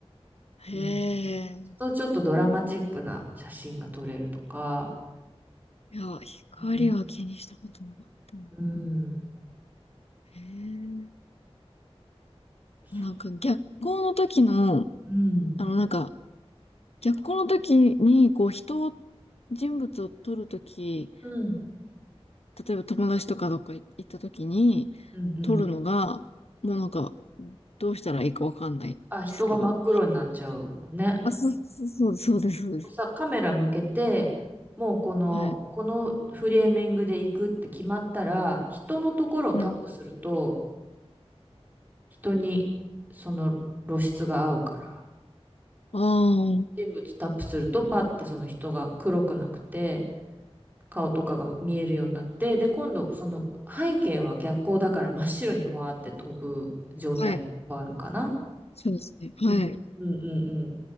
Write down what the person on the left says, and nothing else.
へえ。
うんいや、光は気にしたことなかったな。
へえ。
なんか逆光の時の、
あの、なんか、逆光の時に、こう、人を、人物を撮るとき、
例えば友達とかどっか行ったときに、
撮るのが、もうなんか、どうしたらいいかわかんないですけど。
あ、そう、そう、そうです、そうです。
はい。
はい。
ああ、
はい。そうですね。はい。